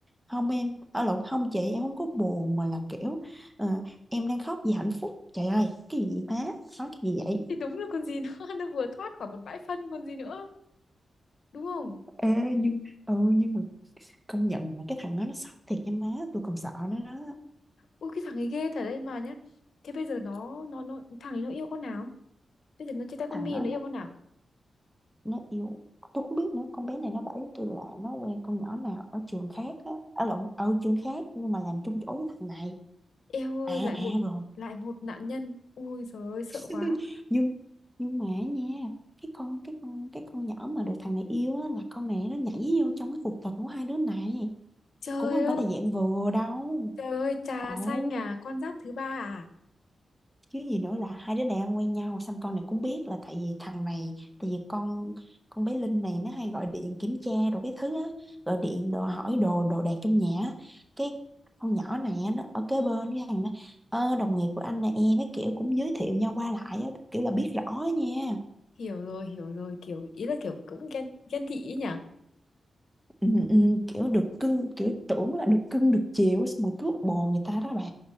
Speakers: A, in the centre; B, on the left (about 75°).
A: không em ở lộn không chị em không có buồn mà là kiểu ờ, em đang khóc vì hạnh phúc trời ơi cái gì vậy má nói cái gì vậy
B: thì đúng là còn gì nữa <laughs> Nó vừa thoát khỏi một bãi phân còn gì nữa Đúng không
A: Ê, nhưng ừ nhưng mà công nhận là cái thằng đó nó sốc thiệt nha má tôi còn sợ nó đó
B: Ui cái thằng ấy ghê thật đấy mà nhá. Thế bây giờ nó nó nó thằng ấy nó yêu con nào? Bây giờ nó chia tay con
A: thằng
B: My
A: đó
B: nó
A: nó
B: yêu con nào?
A: nó yêu tôi không biết nữa con bé này nó bảo với tôi là nó quen con nhỏ nào ở trường khác á ở lộn ở trường khác nhưng mà làm chung chỗ với thằng này
B: Eo ơi
A: à
B: lại
A: à
B: một
A: rồi
B: lại một nạn nhân. Ui giời ơi sợ
A: <laughs>
B: quá.
A: nhưng nhưng mà nha cái con cái con cái con nhỏ mà được thằng này yêu á, là con này nó nhảy vô trong cái cuộc tình của hai đứa này
B: Trời
A: cũng không
B: ơi.
A: phải là dạng vừa đâu
B: Trời ơi trà
A: ồ
B: xanh à con giáp thứ ba à?
A: chứ gì nữa là hai đứa này ăn quen nhau xong con này cũng biết là tại vì thằng này tại vì con con bé Linh này nó hay gọi điện kiểm tra đồ cái thứ á gọi điện đồ hỏi đồ đồ đạc trong nhà á. cái con nhỏ này á, nó ở kế bên với thằng nó "Ơ, đồng nghiệp của anh nè em cái kiểu cũng giới thiệu nhau qua lại á, kiểu là biết rõ á nha
B: Hiểu rồi, hiểu rồi, kiểu ý là kiểu cũng ghen ghen tị ý nhỉ?
A: ừ, ừ, kiểu được cưng kiểu tưởng là được cưng được chiều xong rồi cướp bồ người ta đó bà